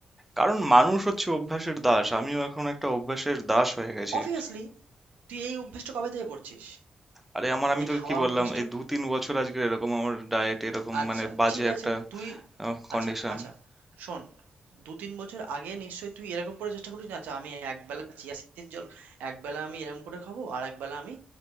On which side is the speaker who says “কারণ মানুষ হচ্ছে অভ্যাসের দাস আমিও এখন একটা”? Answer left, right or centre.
Centre